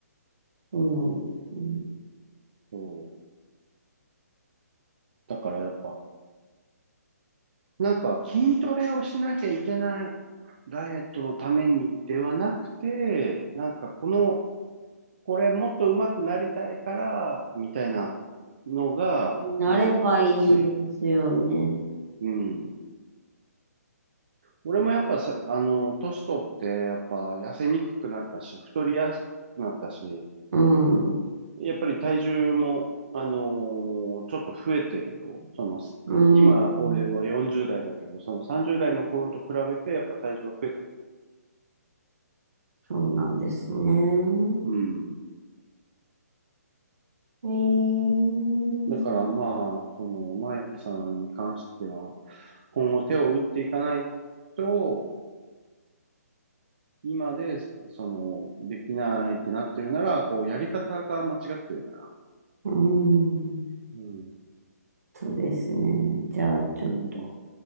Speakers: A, on the right; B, on the right.
A: そうなんですね。う
B: そう。だからやっぱ、なんか筋トレをしなきゃいけない。ダイエットのためにではなくて、なんかこの、これもっと上手くなりたいから、みたいなのがないときつい。
A: んなればいいんですよね。
B: うん。俺もやっぱさ、あの、年取って、やっぱ痩せにくくなったし、太りやすくなったし、
A: うん。
B: やっぱり体重も、あのーちょっと増えてるよ。その、
A: うん。
B: 今、
A: うん
B: 俺は40代だけど、その30代の頃と比べて、やっぱ体重は増えてる。
A: そうなんですね。
B: うん。
A: えー、
B: だからまあ、その、舞さんに関しては、今後手を打っていかないと、今で、その、できないってなってるなら、こう、やり方が間違ってるから。
A: うん、
B: うん。
A: そうですね。じゃあ、ちょっと、
B: うんうん。